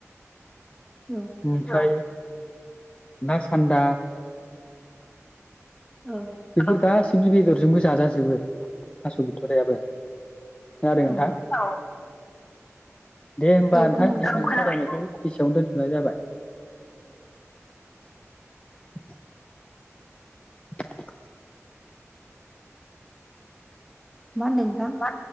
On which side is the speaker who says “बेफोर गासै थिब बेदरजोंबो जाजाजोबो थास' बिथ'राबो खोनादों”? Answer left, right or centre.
Left